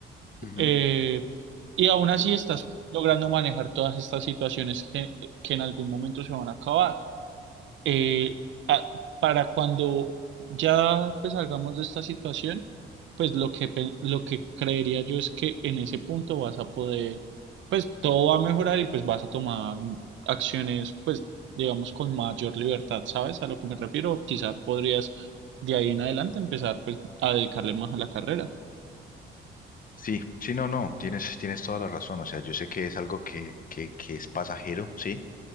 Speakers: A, on the left; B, on the right.
A: ujú.
B: Eh, y aún así estás logrando manejar todas estas situaciones que, que en algún momento se van a acabar eh, a- para cuando ya pues, salgamos de esta situación, pues lo que, pe- lo que creería yo es que en ese punto vas a poder, pues todo va a mejorar y pues vas a tomar acciones, pues digamos, con mayor libertad, ¿sabes? A lo que me refiero, quizás podrías de ahí en adelante empezar pues a dedicarle más a la carrera.
A: Sí, sí, no, no, tienes, tienes toda la razón. O sea, yo sé que es algo que, que, que es pasajero, ¿sí?